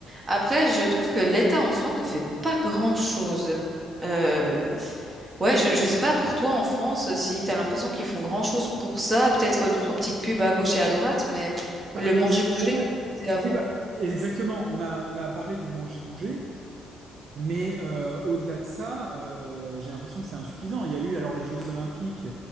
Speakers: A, on the right; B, on the right.
A: Après, je trouve que l'État en soi ne fait pas grand-chose. Euh, ouais, je, je sais pas pour toi en France si t'as l'impression qu'ils font grand-chose pour ça, peut-être deux, trois petites pubs à gauche et à droite, mais pff,
B: Pas,
A: le
B: pas
A: manger-bouger
B: suffisamment.
A: comme tu disais avant.
B: Oui, bah, exactement. On a, on a parlé du manger-bouger. Mais euh, au-delà de ça, euh, j'ai l'impression que c'est insuffisant. Il y a eu alors les Jeux Olympiques